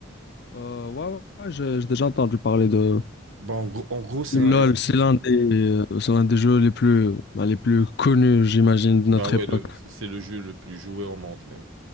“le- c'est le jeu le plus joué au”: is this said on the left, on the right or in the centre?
Right